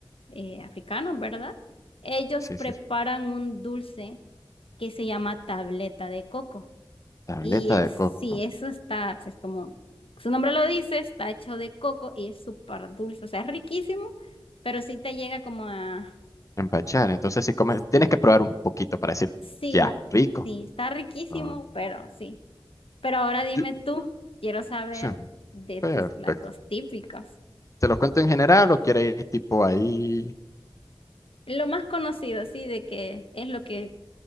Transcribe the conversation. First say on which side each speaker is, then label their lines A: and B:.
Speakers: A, on the left; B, on the left.
A: eh, africanos, ¿verdad? Ellos
B: sí,
A: preparan
B: sí.
A: un dulce que se llama tableta de coco.
B: Tableta
A: Y eh,
B: de
A: sí,
B: coco.
A: eso está, pues como su nombre lo dice, está hecho de coco y es súper dulce. O sea, es riquísimo, pero sí te llega como a...
B: Empachar. Entonces, si comes,
A: Sí,
B: tienes que probar un poquito para decir,
A: sí,
B: ya, rico.
A: sí, está riquísimo,
B: Ah,
A: pero sí. Pero ahora dime
B: yo-
A: tú, quiero saber
B: sí,
A: de
B: perfecto.
A: tus platos típicos.
B: ¿Te lo cuento en general o quieres ir tipo ahí?
A: Lo más conocido, sí, de que es lo que